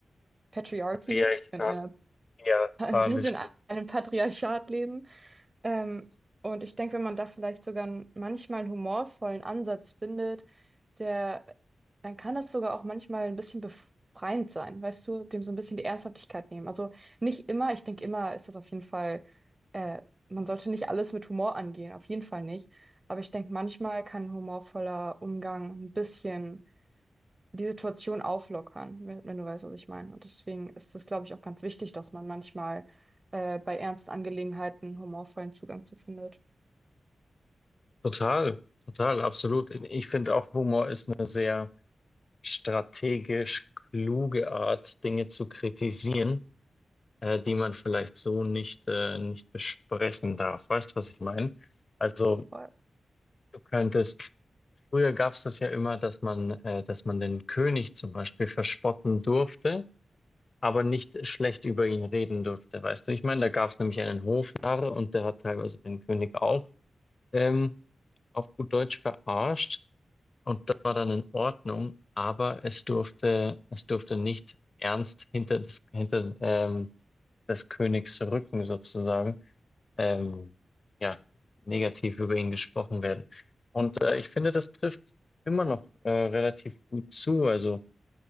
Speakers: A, on the right (about 25°); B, on the left (about 45°).
A: Patriarchie,
B: Patriarchal,
A: in einer,
B: patriarchalischen.
A: <laughs> dass wir in einem Patriarchat leben ähm, und ich denke, wenn man da vielleicht sogar n- manchmal einen humorvollen Ansatz findet, der, dann kann das sogar auch manchmal ein bisschen befreiend sein, weißt du, dem so ein bisschen die Ernsthaftigkeit nehmen. Also nicht immer, ich denke, immer ist das auf jeden Fall, äh, man sollte nicht alles mit Humor angehen, auf jeden Fall nicht. Aber ich denke, manchmal kann ein humorvoller Umgang ein bisschen die Situation auflockern, wenn, wenn du weißt, was ich meine. Und deswegen ist es, glaube ich, auch ganz wichtig, dass man manchmal äh, bei ernsten Angelegenheiten einen humorvollen Zugang zu findet.
B: Total, total, absolut. Ich finde auch Humor ist eine sehr strategisch kluge Art, Dinge zu kritisieren, äh, die man vielleicht so nicht, äh, nicht besprechen darf. Weißt du, was ich meine? Also
A: Voll,
B: du könntest, früher gab es das ja immer, dass man, äh, dass man den König zum Beispiel verspotten durfte, aber nicht schlecht über ihn reden durfte. Weißt du, ich meine, da gab es nämlich einen Hofnarr und der hat teilweise den König auch ähm, auf gut Deutsch verarscht. Und das war dann in Ordnung, aber es durfte, es durfte nicht ernst hinter das, hinter, ähm, des Königs Rücken sozusagen, ähm, ja, negativ über ihn gesprochen werden. Und äh, ich finde, das trifft immer noch äh, relativ gut zu. Also